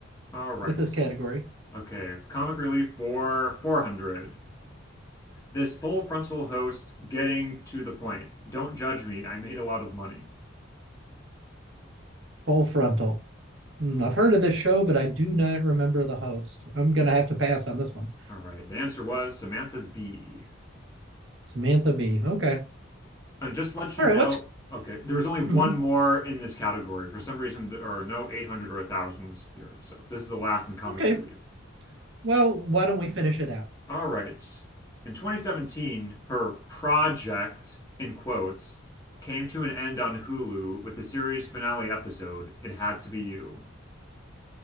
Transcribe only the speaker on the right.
with this category.
Full frontal. Hmm, I've heard of this show, but I do not remember the host. I'm going to have to pass on this one.
Samantha Bee. Okay.
All
right. Let's.
mhm.
Okay.
Well, why don't we finish it out?